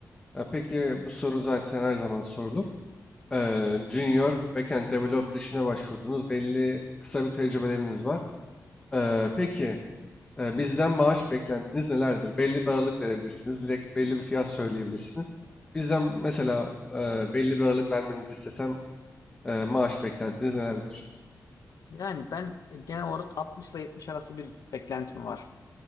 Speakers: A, on the left; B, on the left.
A: E, Peki bu soru zaten her zaman sorulur. Ee, Junior backend developer işine başvurdunuz. Belli kısa bir tecrübeleriniz var. Ee, peki e, bizden maaş beklentiniz nelerdir? Belli bir aralık verebilirsiniz. Direkt belli bir fiyat söyleyebilirsiniz. Bizden mesela e, belli bir aralık vermenizi istesem e, maaş beklentiniz nelerdir?
B: Yani ben genel olarak 60 ile 70 arası bir beklentim var.